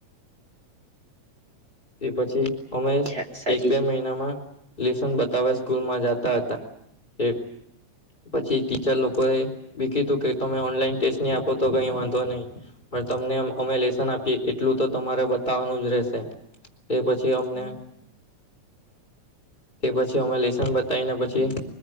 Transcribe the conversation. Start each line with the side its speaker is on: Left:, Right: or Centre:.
Left: એ પછી અમે
Right: છે અચ્છા સાચી
Left: એક બે
Right: છે
Left: મહિનામાં લેસન બતાવવા સ્કૂલમાં જતા હતા. તે પછી ટીચર લોકો એ બી કીધું કે તમે ઓનલાઈન ટેસ્ટ નહી આપો તો કઈ વાંધો નહી. પણ તમને અમે લેેશન આપીએ એટલું તો તમારે બતાવવાનું જ રહેશે. તે પછી અમને તે પછી અમે લસન બતાવીને પછી